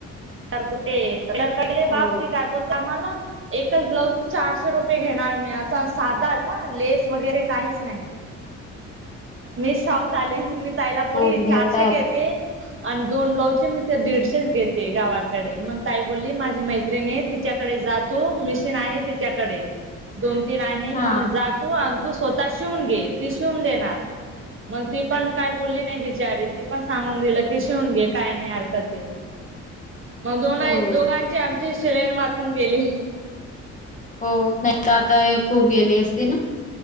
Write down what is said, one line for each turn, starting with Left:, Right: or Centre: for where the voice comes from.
Right: तर कुठे कले
Left: हो
Right: बाप ती काय बोलते आम्हाला एकच ब्लाऊज चारशे रुपये घेणार मी असं साधाच लेस वगैरे काहीच नाही.. मी शॉक झाली ताईला बोललि
Left: खूप घेतात.
Right: चारशे घेते आणि दोन ब्लाउजचे मी तर दीडशेच घेते गावात डे मग ताई बोलली माझी मैत्रिणी तिच्याकडे जा तू मिशीन आहे तिच्याकडे दोन तीन आहे
Left: हा
Right: मग जा तू आणि तू स्वतः शिवून घे ती शिवून देणार मग ती पण काय बोलली नाही बिचारी ती पण सांगून दिलं की शिवून घे काय नाही हरक ते मग दोनही
Left: हो
Right: दोघांची
Left: पण-
Right: आमची सिलाईन वाचून गेली
Left: हो नाही तर आता खूप गेली असती ना